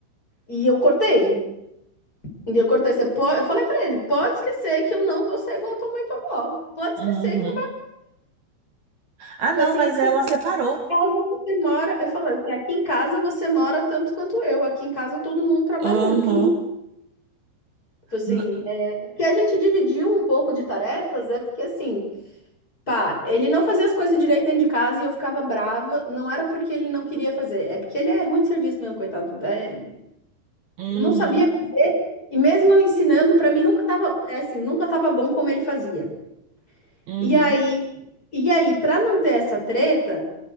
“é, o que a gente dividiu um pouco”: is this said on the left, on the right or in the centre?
Left